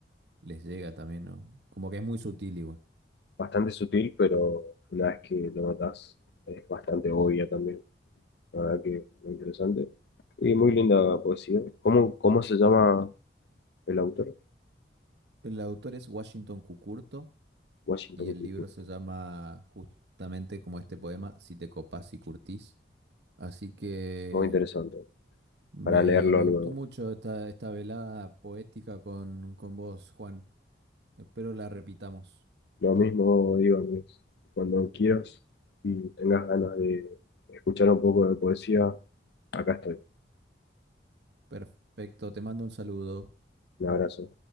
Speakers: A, on the right; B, on the left.
A: les llega también, ¿no? Como que es muy sutil igual.
B: Bastante sutil, pero una vez que lo notas es bastante obvia también. La verdad que muy interesante. Y muy linda poesía. ¿Cómo, cómo se llama? el autor,
A: El autor es Washington Cucurto
B: Washington
A: y el
B: Cultural.
A: libro se llama justamente como este poema, Si te copás y curtís. Así que
B: Muy interesante
A: me,
B: para leerlo
A: me
B: luego.
A: gustó mucho esta, esta velada poética con, con vos, Juan. Espero la repitamos.
B: Lo mismo digo, Andrés, cuando quieras y tengas ganas de escuchar un poco de poesía, acá estoy.
A: Perfecto, te mando un saludo.
B: Un abrazo.